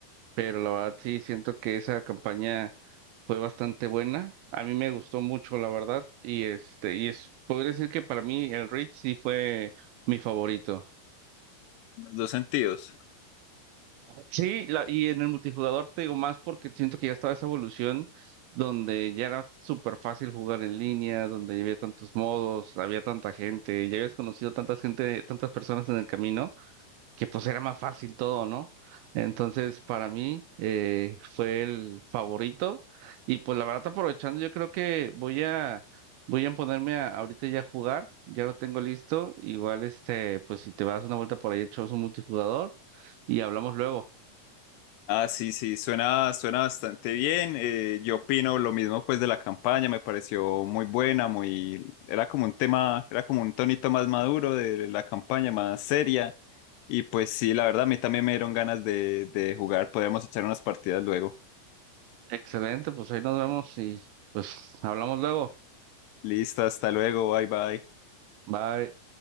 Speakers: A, on the right (about 80°); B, on the left (about 80°).
A: Pero la verdad sí siento que esa campaña fue bastante buena. A mí me gustó mucho, la verdad. Y este, y es, podría decir que para mí el Reach sí fue mi favorito.
B: en los dos sentidos.
A: Sí, la- y en el multijugador te digo más porque siento que ya estaba esa evolución donde ya era súper fácil jugar en línea, donde ya había tantos modos, había tanta gente, ya habías conocido tantas gente, tantas personas en el camino, que pues era más fácil todo, ¿no? Entonces, para mí eh, fue el favorito y pues la verdad aprovechando, yo creo que voy a voy a ponerme a, ahorita ya a jugar, ya lo tengo listo, igual este, pues si te vas una vuelta por ahí echamos un multijugador y hablamos luego.
B: Ah, sí, sí, suena, suena bastante bien. Eh, yo opino lo mismo pues de la campaña, me pareció muy buena, muy, era como un tema, era como un tonito más maduro de la campaña, más seria. Y pues sí, la verdad, a mí también me dieron ganas de, de jugar. Podemos echar unas partidas luego.
A: Excelente, pues ahí nos vemos y pues hablamos luego.
B: Listo, hasta luego, bye bye.
A: Bye.